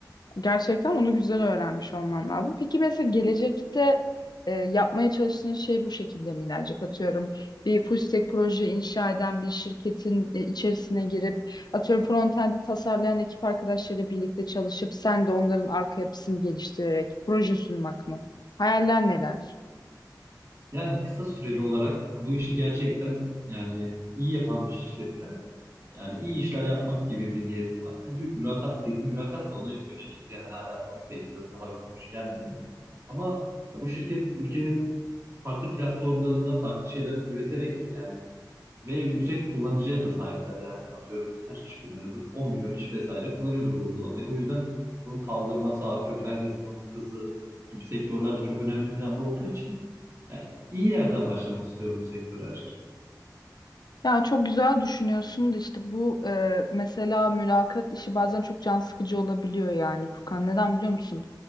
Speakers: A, on the left; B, on the right.
A: Gerçekten onu güzel öğrenmiş olman lazım. Peki mesela gelecekte e, yapmaya çalıştığın şey bu şekilde mi ilerleyecek? Atıyorum bir full stack proje inşa eden bir şirketin e, içerisine girip atıyorum frontend'i tasarlayan ekip arkadaşlarıyla birlikte çalışıp sen de onların arka yapısını geliştirerek proje sunmak mı? Hayaller neler?
B: Yani kısa süreli olarak bu işi gerçekten yani iyi yapan bir şirkette yani iyi işler yapmak gibi bir niyetim var. Çünkü mülakat girdi, mülakat da ona yönelikti. Yani hala sonuç bekliyorum. Daha bir sonuç gelmedi. Ama ya bu şirket ülkenin farklı platformlarında farklı şeyler üreterek yani ve yüksek kullanıcıya da sahipler yani atıyorum kaç kişi kullanıyordur? 10 milyon kişi vesaire kullanıyordur bu uygulamayı. O yüzden bunu kaldırması, arka plan yazılımı, hızı gibi sektörler de çok önemli planda olduğu için yani iyi yerden başlamak istiyorum bu sektöre açıkçası.
A: Ya çok güzel düşünüyorsun da işte bu e, mesela mülakat işi bazen çok can sıkıcı olabiliyor yani Furkan. Neden biliyor musun?